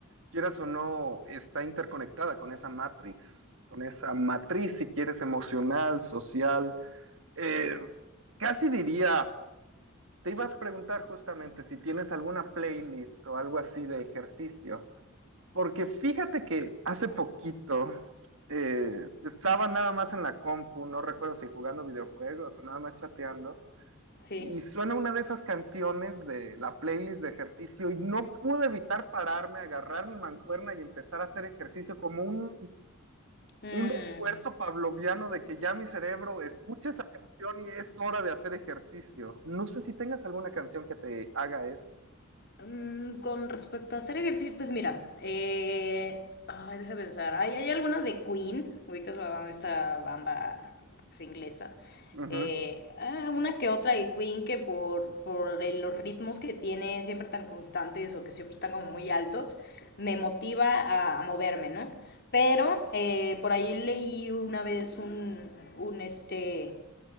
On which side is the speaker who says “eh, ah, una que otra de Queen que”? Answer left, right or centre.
Left